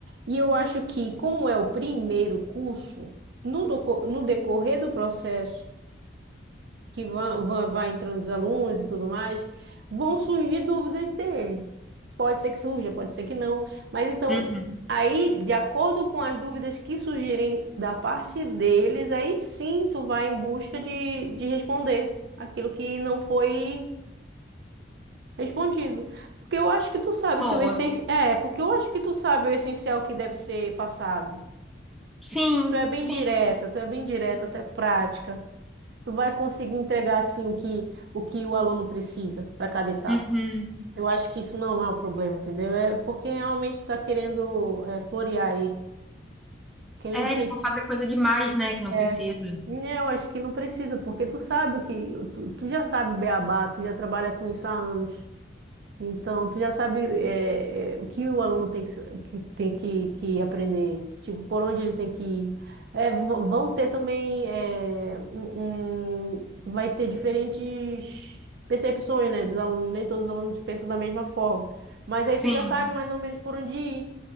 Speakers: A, on the right; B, in the centre.
A: E eu acho que, como é o primeiro curso, no, doco- no decorrer do processo, que vão- vão- vai entrando os alunos e tudo mais, vão surgir dúvidas dele. Pode ser que surja, pode ser que não. Mas então,
B: Uhum.
A: aí, de acordo com as dúvidas que surgirem da parte deles, aí sim tu vai em busca de, de responder aquilo que não foi Respondido. Porque eu acho que tu sabe
B: Boa.
A: que o essencial. É, porque eu acho que tu sabe o essencial que deve ser passado.
B: Sim,
A: Tu é bem
B: sim.
A: direta, tu é bem direta, tu é prática. Tu vai conseguir entregar assim o que o que o aluno precisa para cada etapa.
B: Uhum.
A: Eu acho que isso não é o problema, entendeu? É porque realmente tu tá querendo é, florear aí, querendo
B: É,
A: <laughs> pin-
B: tipo, fazer coisa demais, né, que não
A: é.
B: precisa.
A: Não, acho que não precisa, porque tu sabe o que tu, tu já sabe o beabá, tu já trabalha com isso há anos. Então, tu já sabe é, é, o que o aluno tem que, sa- que tem que, que aprender, tipo, por onde ele tem que ir. É, v- vão ter também, é, um, um- vai ter diferentes percepções, né, dos alunos. Nem todos os alunos pensam da mesma forma. Mas aí
B: Sim.
A: tu já sabe mais ou menos por onde ir.